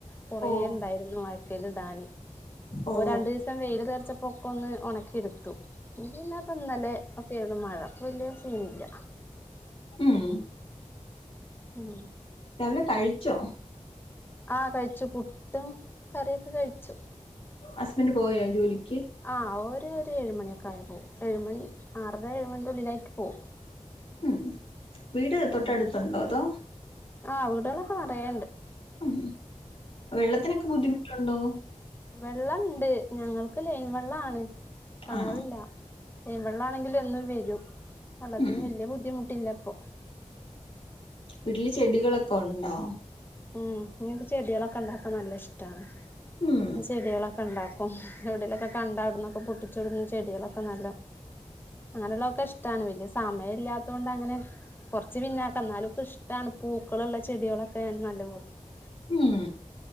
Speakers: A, on the left; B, on the left.
A: കുറെേ
B: ഓഹ്
A: ണ്ടായിരുന്നു അയക്കൽ ഇടാന് ഇപ്പൊ
B: ഓഹ്
A: രണ്ടു ദിവസം വെയിൽ അർ ചപ്പോ ഒന്ന് ഉണക്കിെടുത്തു പിന്നെപ്പന്നെല ഒക്കെയരുന്നു മഴ വലിയ സീനില്ല
B: ഉം
A: ഉം
B: രാവിലെ കഴിച്ചോ
A: ആഹ കഴിച്ചു പുട്ടും കറിയൊക്കെ കഴിച്ചു
B: ഹസ്ബൻഡ് പോയോ ജോലി
A: ആഹ അവര് ഏഴു മണി ഒക്കെ ആയ പോകും ഏഴുമണി ആറര ഏഴുമണിന്റെ ഉള്ളിലായിട്ട് പോവും
B: ഉം വീട് തൊട്ടടുത്തുണ്ടോ
A: ഉം
B: അതോ
A: ആഹ് വീടുകളൊക്കെ നെറയെ
B: ഉം വെള്ളത്തിനൊക്കെ ബുദ്ധിമുട്ടു ണ്ടോ
A: വെള്ളണ്ട് ഞങ്ങൾക്ക് ലൈൻ വെള്ളാണ് കിണാറില്ല
B: ആണോ
A: ലെയിന് വെള്ളം ആണെങ്കിലും എന്നും വരും വള്ളത്തിന്
B: ഉം
A: വല്ലി ബുദ്ധിമു ട്ടിലപ്പോ
B: വീട്ടില് ചെടികളൊക്ക ഉണ്ടോ
A: ഉം ഇങ്ങനത ചെടികളൊക്ക ഉണ്ടാക്കാൻ നല്ല ഇഷ്ടാണ്
B: ഉം
A: ചെടികളൊക്ക ഉണ്ടാക്കും എവിടേലൊക്കെ കണ്ടവിടുന്നൊക്ക പൊട്ടിച്ചു ഇടുന്ന ചെടികളൊക്ക നല്ല അങ്ങനെയുള്ളതൊക്ക ഇഷ്ടാണ് വല്യസമയം ഇല്ലാത്തോണ്ടങ്ങനെ കൊറച്ച് പിന്നാക്കന്നാലും ഇപ്പ ഇഷ്ടാണ് പൂക്കളൊള്ള ചെടികളൊക്കെ എന്ന <unintelligible>
B: ഉം